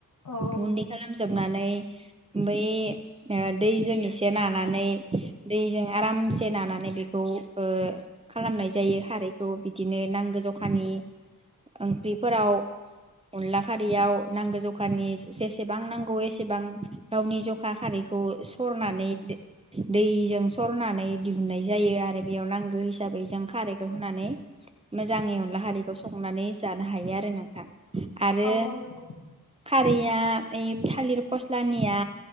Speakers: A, on the left (about 60°); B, on the right (about 15°).
A: औ
B: गुन्दै खालामजोबनानै बै ओ दैजों एसे नानानै दैजों आरामसे नानानै बेखौ ओ खालामनाय जायो खारैखौ बिदिनो नांगौ जखानि ओंख्रिफोराव अनला खारैयाव नांगौ जखानि जेसेबां नांगौ एसेबां गावनि जखा खारैखौ सरनानै दै-दैजों सरनानै दिहुननाय जायो आरो बेयाव नांगौ हिसाबै जों खारैखौ होनानै मोजाङै अनला खारैखौ संनानै जानो हायो आरो नोंथां आरो
A: औ नंगौ
B: खारै या ओइ थालिर फस्लानिया